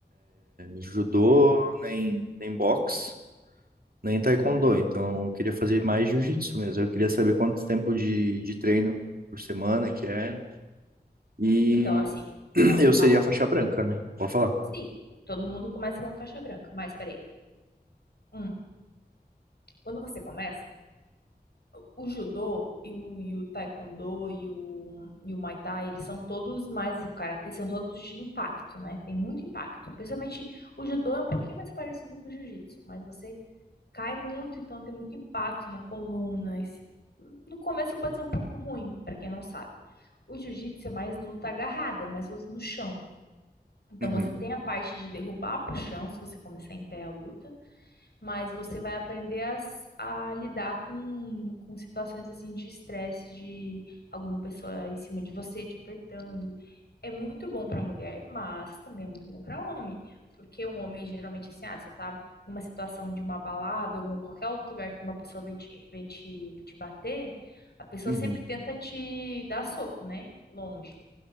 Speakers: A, on the right (about 60°); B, on the left (about 70°).
A: judô, nem, nem boxe, nem taekwondo. Então eu queria fazer mais jiu-jitsu mesmo. Eu queria saber quanto tempo de, de treino por semana que é. E
B: Então, assim,
A: <clears throat>
B: ah,
A: eu seria
B: fala.
A: a faixa branca, né? Pode falar.
B: Sim, todo mundo começa como faixa branca, mas peraí. Hum, quando você começa, o judô e o, e o taekwondo e o, e o muay thai, eles são todos mais, o karatê são todos de impacto, né? Tem muito impacto. Principalmente o judô é um pouquinho mais parecido com o jiu-jitsu, mas você cai muito, então tem muito impacto na coluna. Esse- No começo pode ser um pouco ruim, para quem não sabe. O jiu-jitsu é mais luta agarrada, é mais luta no chão. Então
A: Uhum,
B: você tem a parte de derrubar pro chão, se você começar em pé a luta, mas você vai aprender a, s- a lidar com, com situações assim de estresse, de alguma pessoa em cima de você te apertando. É muito bom para mulher, mas também é muito bom para homem, porque um homem geralmente assim, ah, você tá numa situação de uma balada, algum qualquer outro lugar que uma pessoa vem te, vem te, te bater, a pessoa
A: uhum.
B: sempre tenta te dar soco, né? Longe.